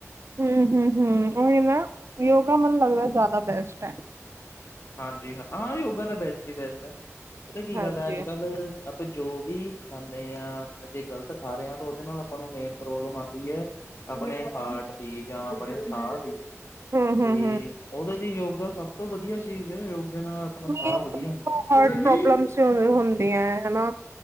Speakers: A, on the right; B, on the left.
A: ਹੁੰ, ਹੁੰ, ਹੁੰ, ਉਹੀ ਨਾ ਯੋਗਾ ਮੈਨੂੰ ਲੱਗਦਾ ਜ਼ਿਆਦਾ ਬੈਸਟ ਐ।
B: ਹਾਂਜੀ, ਹਾਂ ਯੋਗਾ ਤਾਂ ਬੈਸਟ ਹੀ ਬੈਸਟ ਐ, ਪਤਾ ਕੀ
A: ਹਾਂਜੀ।
B: ਗੱਲ ਐ ਅੱਜ-ਕੱਲ ਆਪਾਂ ਜੋ ਵੀ ਖਾਂਦੇ ਹਾਂ, ਜੇ ਗ਼ਲਤ ਖਾ ਰਹੇ ਆਂ, ਤਾਂ ਉਹਦੇ ਨਾਲ ਆਪਾਂ ਨੂੰ ਮੇਨ ਪ੍ਰੋਬਲਮ ਆਂਦੀ ਐ। ਆਪਣੇ ਹਾਰਟ ਦੀ ਜਾਂ ਆਪਣੇ ਸਾਹ ਦੀ
A: ਹੂੰ ਹੂੰ
B: ਤੇ
A: ਹੂੰ
B: ਉਹਦੇ ਲਈ ਯੋਗਾ ਸਭ ਤੋਂ ਵਧੀਆ ਚੀਜ਼ ਐ, ਯੋਗੇ ਨਾਲ ਆਪਣਾ
A: ਮੇਨ
B: ਸਾਹ ਵਧੀਆ
A: ਤਾਂ ਦੇਖੋ
B: ਹੁੰਦਾ। ਪ੍ਰਗਟ
A: ਹਾਰਟ ਪ੍ਰੋਬਲਮਸ
B: ਜੀ
A: ਹੁੰਦੀਆਂ ਐ ਹਨਾ।